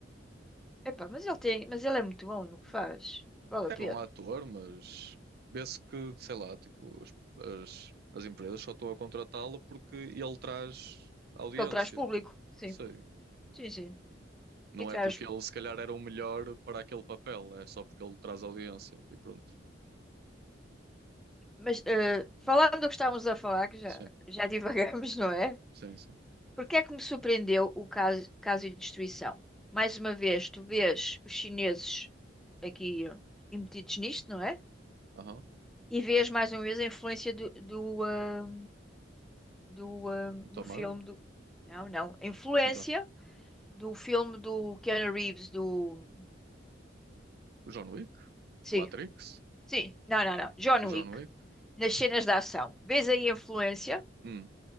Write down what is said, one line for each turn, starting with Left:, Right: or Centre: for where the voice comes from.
Centre: Epá, mas ele tem. Mas ele é muito bom no que faz. Vale
Right: É
Centre: a pena.
Right: bom ator, mas vê-se que, sei lá, tipo, as, as, as empresas só estão a contratá-lo porque ele traz audiência.
Centre: Porque ele traz público. Sim,
Right: Sei.
Centre: sim, sim.
Right: Não
Centre: E traz.
Right: é porque ele se calhar era o melhor para aquele papel, é só porque ele traz audiência e pronto.
Centre: Mas eh, falando do que estávamos a falar, que já,
Right: Sim,
Centre: já <laughs> divagamos, não é?
Right: sim, sim.
Centre: Por que é que me surpreendeu o caso, caso de destruição? Mais uma vez, tu vês os chineses aqui eh, metidos nisto, não é?
Right: Aham.
Centre: E vês mais uma vez a influência do, do, ah, do, ah, do
Right: Tom
Centre: filme
Right: Hardy?
Centre: do. Não, não. A influência
Right: Então,
Centre: do filme do Keanu Reeves, do.
Right: o John Wick?
Centre: Sim,
Right: O Matrix?
Centre: sim. Não, não, não. John
Right: O
Centre: Wick.
Right: John Wick?
Centre: Nas cenas de ação. Vês aí a influência
Right: Hum,